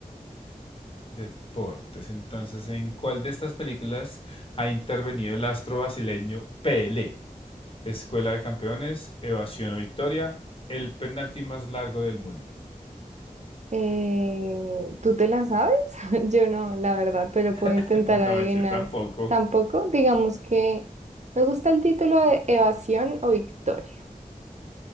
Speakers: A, on the left (about 40°); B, on the right (about 55°).
A: Deportes. Entonces, ¿en cuál de estas películas ha intervenido el astro brasileño Pelé? Escuela de Campeones, Evasión o Victoria, el penalti más largo del mundo.
B: Eh, ¿tú te la sabes? <laughs> Yo no, la verdad, pero puedo intentar
A: <laughs> No,
B: adivinar.
A: yo tampoco.
B: Tampoco, digamos que me gusta el título de Evasión o Victoria.